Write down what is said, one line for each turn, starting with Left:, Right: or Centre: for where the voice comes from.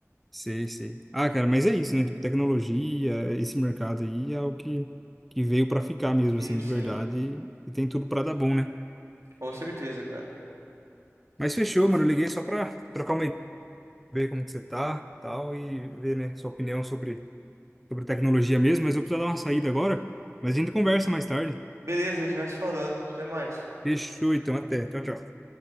Centre: Sei, sei. Ah, cara, mas é isso, né? Tipo, tecnologia, esse mercado aí é o que, que veio pra ficar mesmo,
Right: Sim,
Centre: assim,
Right: sim.
Centre: de verdade. E, e tem tudo pra dar bom, né?
Right: Com certeza, cara.
Centre: Mas fechou, mano, eu liguei só pra trocar uma ideia, ver como que você tá, tal, e ver, né, sua opinião sobre sobre tecnologia mesmo, mas eu preciso dar uma saída agora. Mas a gente conversa mais tarde.
Right: Beleza, a gente vai se falando. Até mais.
Centre: Fechou, então, até. Tchau, tchau.